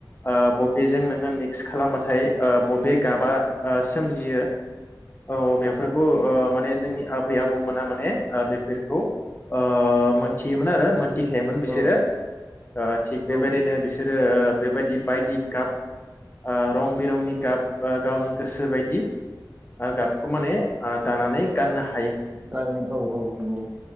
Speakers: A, on the left; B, on the right.
A: ओ बबे बेजों नोङो मिक्स खालामबा नाथाय ओ बबे गाबा ओ‌ सोमजियो औ बेफोरखौ ओ माने जोंनि आब बै आबौ मोना माने ओ‌ बेफोरखौ ओ मोनथियोमोन आरो मोनथिखायोमोन
B: औ
A: बिसोरो ओ थिग बेबायदिनो
B: औ
A: बिसोरो ओ बेबायदि बायदि गाब ओ रं बिरंनि गाब ओ गाब गोसोबायदि ओ गाबखौ माने ओ दानानै गाननो हा
B: फ्राय औ औ नंगौ